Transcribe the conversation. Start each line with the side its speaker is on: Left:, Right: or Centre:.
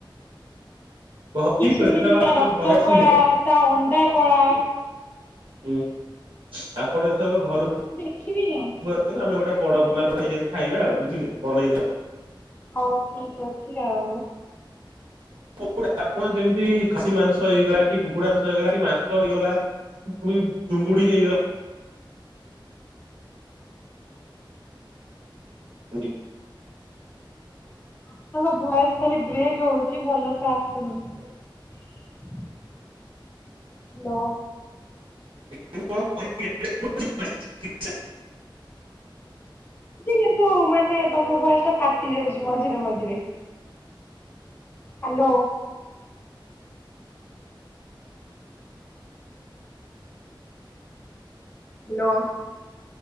Right: କହ
Left: ହେ
Right: ଠିକ
Left: ଶୁଣିଛି
Right: ଏଥରକ ଆପଣ
Left: ତା
Right: କେବେ
Left: ରକ୍ତ
Right: ଘରେ ଆସିଲେ
Left: କଳା, ତା ଅଣ୍ଡା କଳା
Right: ହୁଁ ଆପଣ ଏଥରକ ଘରକୁ
Left: ଦେଖିବି ନା।
Right: ଆମେ ଗୋଟେ କଡକନାଥ ନେଇକି ଆସିଲେ ଖାଇବା ଆଉ ବୁଝିଲେ ବନେଇ ଦେବେ।
Left: ହଉ ଠିକ ଅଛି ଆଉ।
Right: <unintelligible> ଆପଣ ଯେମିତି ଖାସି ମାଂସ ହେଇଗଲା କି କୁକୁଡ଼ା ମାଂସ ହେଇଗଲା କି ମାଛ ହେଇଗଲା <unintelligible> ଚିଙ୍ଗୁଡ଼ି ହେଇଗଲା <inaudible> <unintelligible>
Left: ଆପଣଙ୍କ ଭୟସ ଖାଲି ବ୍ରେକ୍ ହଉଛି ଭଲସେ ଆସୁନି। <inaudible> ହାଲୋ।
Right: <unintelligible>
Left: ଯେ କିନ୍ତୁ ମାନେ ତମ ଭଏସ୍ ଟା ଫାଟି ଯାଉଛି ମଝିରେ ମଝିରେ। ହାଲୋ। ହାଲୋ।